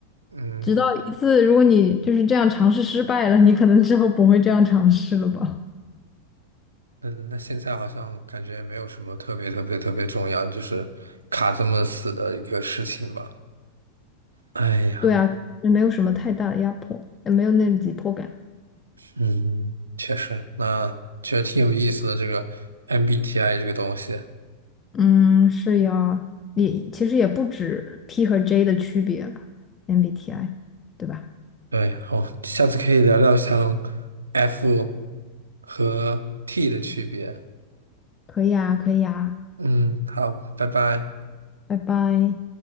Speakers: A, on the right; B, on the left.
A: 嗯，
B: 直到一次，如果你就是这样尝试失败了，你可能之后不会这样尝试了吧？
A: 那那现在好像感觉没有什么特别特别特别重要，就是卡这么死的一个事情吧。哎呀。
B: 对啊，也没有什么太大的压迫，也没有那种紧迫感。
A: 嗯，确实，那觉得挺有意思的这个 MBTI 这个东西。
B: 嗯，是呀，也其实也不止 P 和 J 的区别了，MBTI，对吧？
A: 对，好，下次可以聊聊像 F 和 T 的区别。
B: 可以啊，可以啊，
A: 嗯，好，拜拜。
B: 拜拜。